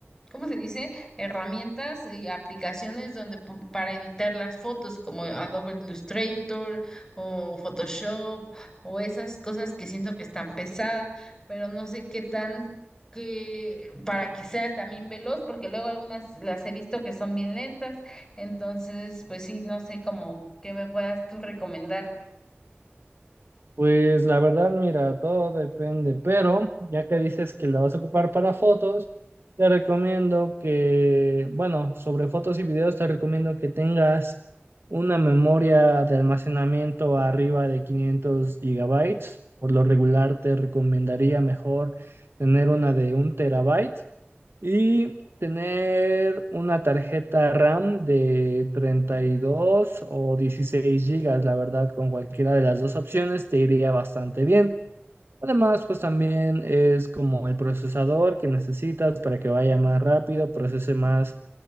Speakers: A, on the left; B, on the right.
A: ¿cómo se dice? Herramientas y aplicaciones donde po- para editar las fotos como Adobe Illustrator o Photoshop o esas cosas que siento que están pesadas, pero no sé qué tan que para que sea también veloz, porque luego algunas las he visto que son bien lentas, entonces pues sí, no sé cómo qué me puedas tú recomendar.
B: Pues la verdad, mira, todo depende, pero ya que dices que la vas a ocupar para fotos, te recomiendo que, bueno, sobre fotos y videos, te recomiendo que tengas una memoria de almacenamiento arriba de 500 gigabytes. Por lo regular, te recomendaría mejor tener una de un terabyte y tener una tarjeta RAM de 32 o 16 gigas, la verdad, con cualquiera de las dos opciones te iría bastante bien. Además, pues también es como el procesador que necesitas para que vaya más rápido, procese más